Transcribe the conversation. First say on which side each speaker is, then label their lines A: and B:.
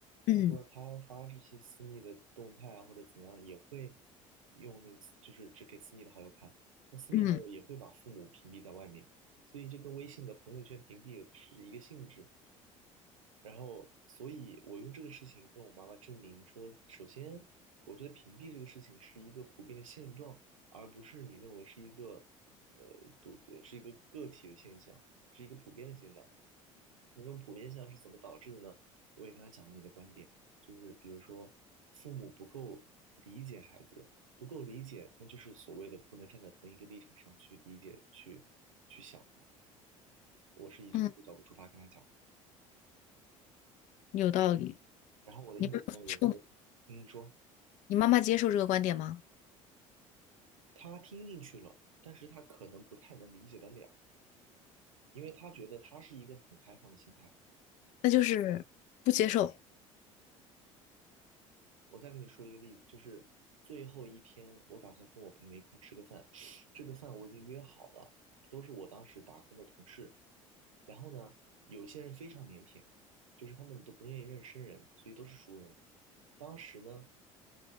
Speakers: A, on the left; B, on the right.
A: 嗯
B: 他说他发这些私密的动态啊，或者怎样，也会用那个私，就是只给私密的好友看。他私密好友也会把父母屏蔽在外面，
A: 嗯
B: 所以这跟微信的朋友圈屏蔽是一个性质。然后，所以我用这个事情跟我妈妈证明说，首先，我觉得屏蔽这个事情是一个普遍的现状，而不是你认为是一个呃独呃是一个个体的现象，是一个普遍的现象。那这种普遍现象是怎么导致的呢？我也跟他讲了你的观点，就是比如说父母不够理解孩子，不够理解，那就是所谓的不能站在同一个立场上去理解、去去想嘛。我是以这么一个角度出发跟他讲，
A: 嗯，有道理。
B: 然后我的印度朋友也分，
A: 你不妈接受吗？
B: 嗯，说
A: 你妈妈接受这个观点吗？
B: 他听进去了，但是他可能不太能理解得了，因为他觉得他是一个很开放的心态，
A: 那就是不接受。
B: 我再给你说一个例子，就是最后一天，我打算跟我朋友一块儿吃个饭，<sniffs> 这个饭我已经约好了，都是我当时打工的同事。然后呢，有一些人非常腼腆，就是他们都不愿意认识生人，所以都是熟人。当时呢，